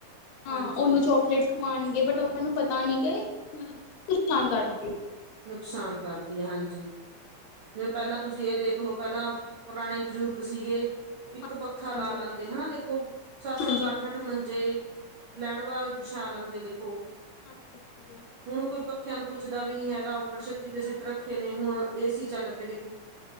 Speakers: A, on the left; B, on the right.
A: ਹਾਂ
B: ਹਾਂਜੀ
A: ਉਹਨੂੰ ਚੋਕਲੇਟ ਖਵਾਣਗੇ ਬਟ ਉਹਨਾਂ ਨੂੰ ਪਤਾ ਨੀ ਕਿ ਮਤਲਬ ਨੁਕਸਾਨ ਕਰਦੀ ਐ।
B: ਨੁਕਸਾਨ ਕਰਦੀ ਹੈ ਹਾਂਜੀ ਜਿ ਪਹਿਲਾਂ ਤੁਸੀਂ ਇਹ ਦੇਖਲੋ, ਪਹਿਲਾਂ ਪੁਰਾਣੇ ਬਜ਼ੁਰਗ ਸੀਗੇ
A: ਹਾਂਜੀ
B: ਇੱਕ ਪੱਖਾ ਲਾ ਲੈਂਦੇ ਹਨਾ, ਦੇਖੋ ਸੱਤ-ਸੱਤ,
A: ਹਾਂਜੀ
B: ਅੱਠ-ਅੱਠ
A: ਹਾਂਜੀ
B: ਮੰਜੇ ਲੈਣ ਵਾਇਜ ਵਿਛਾ ਲੈਂਦੇ ਦੇਖੋ।
A: ਹਾਂਜੀ।
B: ਹੁਣ ਕੋਈ ਪੱਕ ਪੱਖਿਆਂ ਨੂੰ ਪੁੱਛਦਾ ਵੀ ਨੀ ਹੈਗਾ ਔ ਪੜਛੱਤੀ ਤੇ
A: ਨਾ
B: ਸਿੱਟ ਰੱਖੇ
A: ਨਾ
B: ਨੇ ਹੁਣ ਏਸੀ ਚੱਲ ਪੇ ਦੇਖੋ।